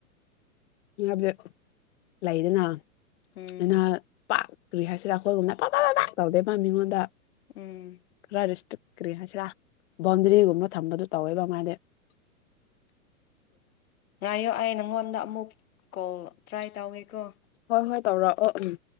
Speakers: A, on the left; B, on the left.
A: ꯍꯥꯏꯕꯗꯤ ꯂꯩꯗꯅ
B: ꯎꯝ
A: ꯑꯩꯅ ꯄꯥꯛ ꯀꯨꯔꯤ ꯍꯥꯏꯁꯤꯔ ꯑꯩꯈꯣꯏꯒꯨꯝꯕꯅ ꯄꯕ ꯕꯠ ꯇꯧꯗꯦꯕ ꯃꯤꯉꯣꯟꯗ
B: ꯎꯝ
A: ꯈꯔꯔꯤꯁꯇ ꯀꯔꯤ ꯍꯥꯏꯁꯤꯔꯥ ꯕꯥꯎꯟꯗꯔꯤꯒꯨꯝꯕ ꯊꯝꯕꯗꯨ ꯇꯧꯋꯦꯕ ꯃꯥꯗꯤ
B: ꯉꯥꯏꯌꯨ ꯑꯩ ꯅꯪꯉꯣꯟꯗ ꯑꯃꯨꯛ ꯀꯣꯜ ꯇ꯭ꯔꯥꯏ ꯇꯧꯋꯦꯀꯣ
A: ꯍꯣꯏ ꯍꯣꯏ ꯇꯧꯔꯛꯥꯛꯑꯣ ꯎꯝ